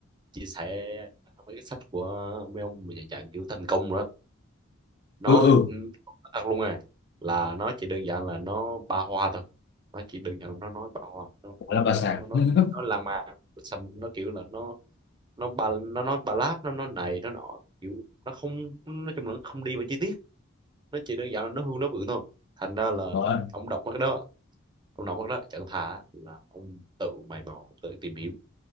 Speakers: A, on the right; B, on the left.
A: chia sẻ mấy cái sách của mấy ông mà dạng dạng kiểu thành công rồi đó nó
B: ừ ừ
A: nó thật luôn nè là nó chỉ đơn giản là nó ba hoa thôi nó chỉ đơn giản là nó nói ba hoa nó
B: gọi
A: nó
B: là bà xã
A: nó nó nó,
B: <laughs>
A: nó lan man xong nó kiểu là nó nó ba nó nói ba láp nó nó này nó nọ kiểu nó không nói chung là nó không đi vào chi tiết nó chỉ đơn giản là nó hưu nó bự thôi thành ra là
B: nó
A: ông đọc mấy cái đó ông nói mất đó chẳng thà là ông tự mày mò tự tìm hiểu